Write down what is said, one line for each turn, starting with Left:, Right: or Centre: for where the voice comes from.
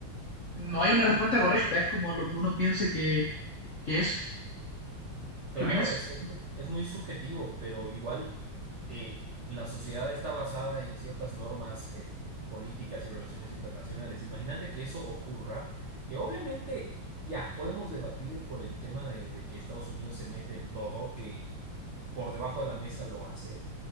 Left: no hay una respuesta correcta, es como lo que uno piense que, que es.
Right: Claro,
Left: ¿Qué opinas?
Right: es, es, es muy subjetivo, pero igual eh, la sociedad está basada en ciertas normas eh, políticas y relaciones internacionales. Imagínate que eso ocurra, que obviamente ya podemos debatir por el tema de, de que Estados Unidos se mete en todo, que por debajo de la mesa lo hace,